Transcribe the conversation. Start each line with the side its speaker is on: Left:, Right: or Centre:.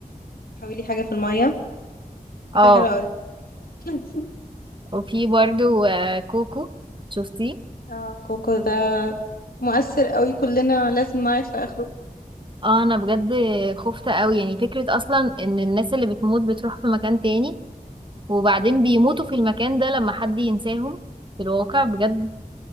Left: تحولي حاجة في المية فكرة
Right: اه
Left: حلوة أوي <laughs>
Right: وفي برضو آه، كوكو شفتيه
Left: اه كوكو ده مؤثر أوي كلنا لازم نعرف في آخره
Right: اه انا بجد خفت قوي يعني فكرة اصلا ان الناس اللي بتموت بتروح في مكان تاني وبعدين بيموتوا في المكان ده لما حد ينساهم في الواقع بجد